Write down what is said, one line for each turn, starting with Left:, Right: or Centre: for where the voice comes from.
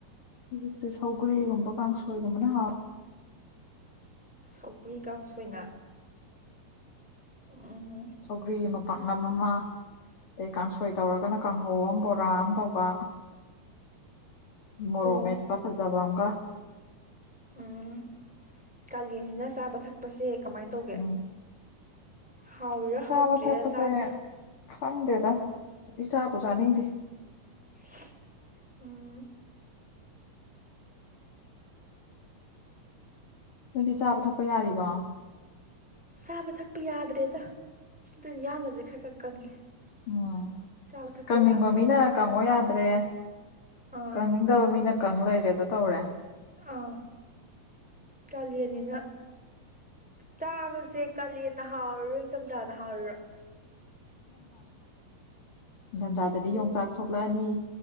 Left: ꯍꯧꯖꯤꯛꯁꯦ ꯁꯧꯒ꯭ꯔꯤꯒꯨꯝꯕ ꯀꯥꯡꯁꯣꯏꯒꯨꯝꯕꯅ ꯍꯥꯎꯏ
Centre: ꯁꯧꯒ꯭ꯔꯤ ꯀꯥꯡꯁꯣꯏꯅ ꯎꯝ
Left: ꯁꯧꯒ꯭ꯔꯤꯒꯤ ꯃꯄꯥꯥꯛ ꯒꯝ ꯑꯃ ꯑꯗꯩ ꯀꯥꯡꯁꯣꯏ ꯇꯧꯔꯒꯅ ꯀꯥꯡꯍꯧ ꯑꯝ ꯕꯣꯔꯥ ꯑꯝ ꯇꯧꯕ ꯃꯣꯔꯣꯛ
Centre: ꯑꯣ
Left: ꯃꯦꯠꯄ ꯐꯖꯕ ꯑꯃꯝꯒ
Centre: ꯎꯝ ꯀꯥꯂꯦꯟꯅꯤꯅ ꯆꯥꯕ ꯊꯛꯄꯁꯦ ꯀꯃꯥꯏ ꯇꯧꯒꯦ
Left: ꯎꯝ
Centre: ꯍꯥꯎꯔꯤꯔꯥ
Left: ꯆꯥꯕ
Centre: ꯍꯥꯎꯇ꯭ꯔꯤꯔꯥ
Left: ꯊꯛꯄꯁꯦ
Centre: ꯆꯥꯕ
Left: ꯈꯪꯗꯦꯗ ꯏꯆꯥꯕꯨ ꯆꯥꯅꯤꯡꯗꯦ
Centre: <unintelligible> ꯎꯝ
Left: ꯅꯣꯏꯗꯤ ꯆꯥꯕ ꯊꯛꯄ ꯌꯥꯔꯤꯕꯣ
Centre: ꯆꯥꯕ ꯊꯛꯄ ꯌꯥꯗ꯭ꯔꯦꯗ ꯑꯗꯨꯅ ꯌꯥꯡꯒꯁꯦ ꯈꯔ ꯈꯔ ꯀꯪꯉꯦ
Left: ꯎꯝ
Centre: ꯆꯥꯕ ꯊꯛꯄ
Left: ꯀꯪꯅꯤꯡꯕ
Centre: ꯌꯥꯗꯕꯅꯤꯅ
Left: ꯃꯤꯅ ꯀꯪꯉꯣ ꯌꯥꯗ꯭ꯔꯦ
Centre: ꯑꯥ
Left: ꯀꯪꯅꯤꯡꯗꯕ ꯃꯤꯅ ꯀꯪ ꯂꯩꯔꯦꯗꯣ ꯇꯧꯔꯦ
Centre: ꯑ ꯀꯥꯂꯦꯟ ꯅꯤꯅ ꯆꯥꯕꯁꯦ ꯀꯥꯂꯦꯟꯅ ꯍꯥꯎꯔꯤꯔꯣ ꯏꯪꯊꯝꯊꯥꯅ ꯍꯥꯎꯔꯤꯔꯣ
Left: ꯏꯪꯊꯝꯊꯗꯗꯤ
Centre: ꯑꯣ
Left: ꯌꯣꯡꯆꯥꯛ ꯊꯣꯛꯂꯛꯑꯅꯤ